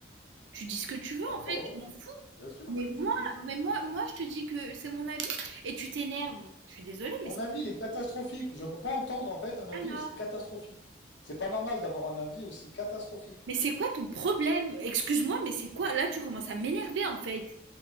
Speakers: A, on the right; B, on the left.
A: Tu dis ce que tu veux,
B: Bah encore
A: en fait.
B: heureux.
A: Je m'en fous.
B: Bien sûr
A: Mais
B: que je dis
A: moi,
B: ce que je veux.
A: mais moi, moi, je te dis que c'est mon avis et tu t'énerves. Je suis désolée,
B: Ton
A: mais c'est
B: avis, il est catastrophique. Je peux pas entendre en fait un avis
A: pas là.
B: aussi catastrophique. C'est pas normal d'avoir un avis aussi catastrophique.
A: Mais c'est quoi ton problème? Excuse-moi, mais c'est quoi?
B: Mais-
A: Là, tu commences à m'énerver, en fait.